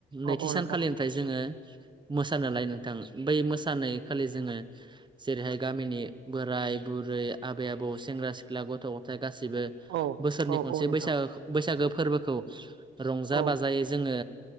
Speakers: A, on the right; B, on the right.
A: नैथि
B: औ औ
A: सानखालिनिफ्राय
B: नोंथां
A: जोङो मोसानालाय नोंथां बै मोसानाय खालि जोङो। जेरैहाय गामिनि बोराय-बुरै, आबै-आबौ, सेंग्रा-सिख्ला गथ'-गथाय। गासिबो
B: औ
A: बोसोरनि
B: औ
A: खनसे
B: औ नोंथां
A: बैसागुखो-बैसागु फोर्बोखौ। रंजा
B: औ
A: बाजायै जोङो